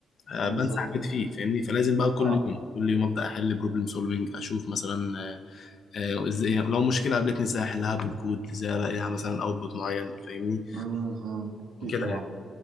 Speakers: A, on the left; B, on the right.
A: آه،
B: بالظبط
A: بنسى حاجات فيه فاهمني فلازم بقى كل
B: اه
A: يوم كل يوم ابدا احل بروبلم سولفنج اشوف مثلا آه، آه، ازاي لو مشكله قابلتني ازاي احلها بالكود ازاي الاقيها مثلا اوتبوت معين فاهمني
B: امم أمم. اكيد
A: وكده
B: طبعا
A: يعني